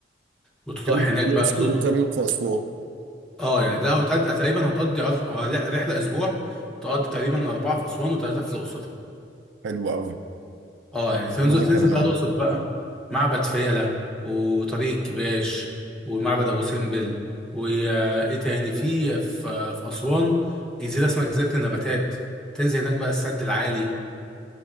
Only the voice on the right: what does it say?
كمين
في
الأقصر
وكمين في أسوان
حلو قوي
معاك
يا معلم